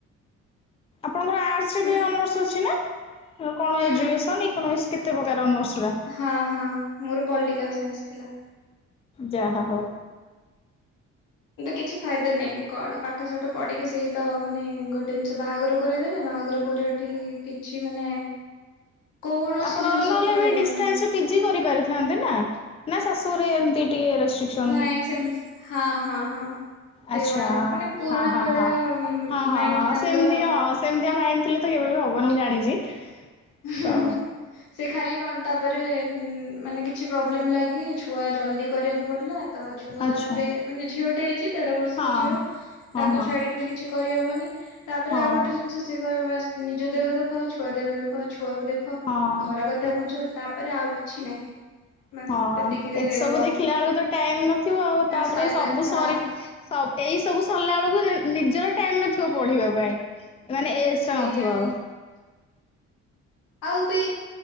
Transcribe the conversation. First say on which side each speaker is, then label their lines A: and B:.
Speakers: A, on the left; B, on the left.
A: ଆପଣଙ୍କର ଆର୍ଟସ ରେ
B: କିନ୍ତୁ
A: ବି ଅନର୍ସ ଅଛି ନା କଣ
B: ହୁଁ
A: ଏଜୁକେସନ ଇକନୋମିକ୍ସ କେତେ ପ୍ରକାର ଅନର୍ସ ଗୁରା
B: ହଁ ହଁ ମୋର ପଲିଟିକାଲ ସାଇନ୍ସ ଥିଲା।
A: ଯାହା ହୋଉ।
B: ତ କିଛି ଫାଇଦା ନାହିଁ କଣ ପାଠ ଶାଠ ପଢିକି ସେଇ ତ ମାନେ ଗୋଟେ ବାହାଘରକରେଇଦେଲେ ବାହାଘର ପରେ ଏଠି କିଛି ମାନେ କୌଣସି
A: ଆପଣ
B: ଜିନିଷକୁ
A: ନହେଲେ
B: ବି
A: ଏବେ
B: ଆଲାଉ
A: ଡିସଚାନ୍ସ
B: ନାହିଁ
A: ପିଜି କରିପାରିଥାନ୍ତେ ନାଁ ଶାଶୁଘରେ ଏମିତି ଟିକେ ରେଷ୍ଟ୍ରିକସନ
B: ନାଇଁ ସେମ୍ ହଁ ହଁ ହଁ। ସେଇଭଳିଆ
A: ଆଛା
B: ମାନେ ପୁରୁଣା
A: ହଁ ହଁ
B: କାଳିଆ
A: ହଁ ହଁ ହଁ
B: ମାଇଣ୍ଡ
A: ହଁ
B: ତାଙ୍କର
A: ସେମତି
B: ଆଉ।
A: ହଁ ସେମତି ଆଣିଥିଲେ ତ କେବେ ବି ହବନି ମୁଁ ଜାଣିଛି।
B: ହୁଁ
A: ତ
B: ସେ ଖାଲି କଣ ତାପରେ ମାନେ କିଛି ପ୍ରୋବ୍ଲେମ ଲାଗି ଛୁଆ ଜଲ୍ଦି କରିବାକୁ ପଡ଼ିଲା ତ ଛୁଆ
A: ଆଚ୍ଛା
B: ଏବେ ମାନେ ଝିଅଟେ ହେଇଛି। ଦେଢ ବର୍ଷର
A: ହଁ
B: ଝିଅ
A: ହଁ
B: ତାକୁ
A: ହଁ
B: ଛାଡିକି ବି କିଛି କରିହବନି। ତାପରେ
A: ହଁ
B: ଆଉ ଗୋଟେ ଜିନିଷ ସିଏ କହିବ ନିଜ ଦେହ ଦେଖାଅ ଛୁଆ ଦେହ ଦେଖା ଛୁଆକୁ ଦେଖ
A: ହଁ।
B: ଘର କଥା ବୁଝ ତାପରେ ଆଉ କିଛି ନାହିଁ। ବାସ୍
A: ହଁ
B: ସେତିକିରେ
A: ଏ ସବୁ
B: ରୁହ
A: ଦେଖିଲା ବେଳକୁ ତ ଟାଇମ ନଥିବ ଆଉ ତାପରେ
B: ସରିଲା
A: ସବୁ
B: ହଁ
A: ସରି ଏଇ ସବୁ ସରିଲା ବେଳକୁ ନିଜର ଟାଇମ ନଥିବ ପଢିବା ପାଇଁ। ମାନେ ଏଜ
B: ସେଇଆ
A: ଟା ନଥିବ ଆଉ।
B: ଆଉ ବି